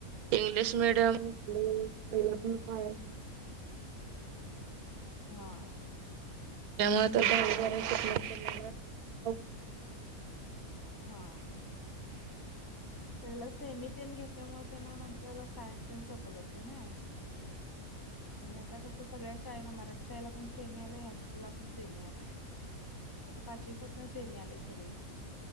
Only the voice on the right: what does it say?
इंग्लिश मिडियम म पहिला पण का
हम मुळे तर जाराय श <inaudible>